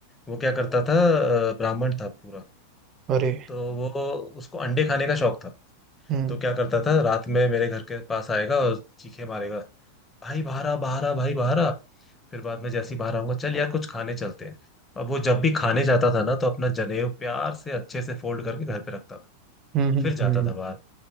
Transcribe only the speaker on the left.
वो क्या करता था अ, ब्राह्मण था पूरा
तो वो उसको अंडे खाने का शौक था
तो क्या करता था रात में मेरे घर के पास आएगा और चीखे मारेगा भाई बाहर आ बाहर आ भाई बाहर आ फिर बाद में जैसे ही बाहर आऊंगा चल यार कुछ खाने चलते हैं अब वो जब भी खाने जाता था ना तो अपना जनेऊ प्यार से अच्छे से फोल्ड करके घर पे रखता था
फिर जाता
था बाहर